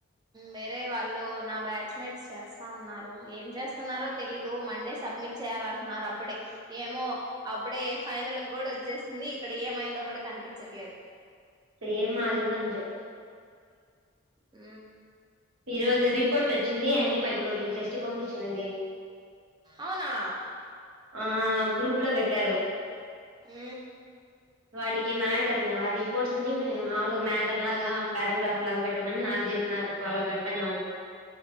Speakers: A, on the right; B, on the right.
A: వేరే వాళ్ళు నా బ్యాచ్ మేట్స్ చేస్తా ఉన్నారు ఏం చేస్తున్నారో తెలీదు మండే సబ్మిట్ చేయాలంటున్నారు అప్పుడే ఏమో అప్పుడే ఫైనల్ కూడా వచ్చేసింది ఇక్కడ ఏమైందో కూడా కనిపించట్లేదు
B: సేమ్ మాది కూడా అంతే
A: ఊ
B: ఈ రోజు రిపోర్ట్ వచ్చింది యాంటీమైక్రోబ్లిన్ టెస్ట్ పంపించినది
A: అవునా
B: ఆ గ్రూప్ లో పెట్టారు
A: ఊ
B: వాటికి మ్యాటర్ ని ఆ రిపోర్ట్స్ ని మేము మామొలుగ మ్యాటర్ లాగా పారాగ్రాఫ్ లాగా పెట్టమని నాకు చెప్పినారు వాళ్లకి అర్థం గాక